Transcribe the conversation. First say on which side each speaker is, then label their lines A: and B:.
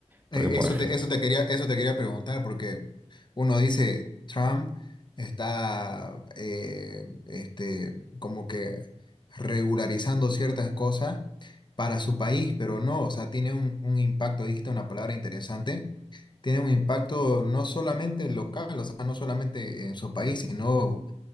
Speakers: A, on the left; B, on the right.
A: Eh,
B: Porque, por,
A: Eso
B: ej-
A: te, eso te quería, eso te quería preguntar, porque uno dice Trump está eh, este, como que regularizando ciertas cosas para su país, pero no, o sea, tiene un, un impacto, dijiste una palabra interesante, tiene un impacto no solamente local, o sea, no solamente en su país, sino